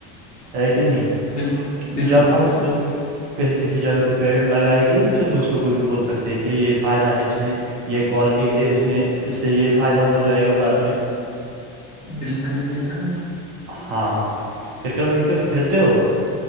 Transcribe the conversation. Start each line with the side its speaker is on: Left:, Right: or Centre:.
Right: ہے کہ نہیں
Left: بالکل بالکل
Right: جب
Left: بالکل
Right: ہم خود کسی جگہ پہ پیڑ لگائے گئے پھر دوسروں کو بھی بولتے سکتے ہیں کہ یہ فائدہ ہے اس میں یہ کوالٹی ہے اس میں اس سے یہ فائدہ ہو جائے گا بعد میں
Left: بالکل بالکل
Right: ہاں کرکٹ وٹکٹ کھیلتے ہو